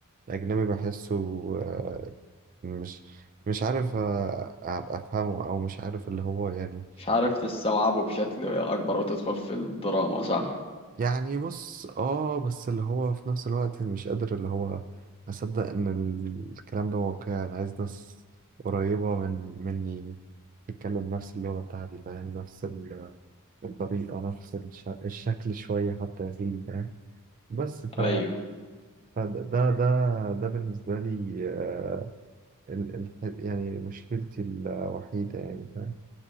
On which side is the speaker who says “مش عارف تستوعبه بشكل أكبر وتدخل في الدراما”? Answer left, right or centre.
Left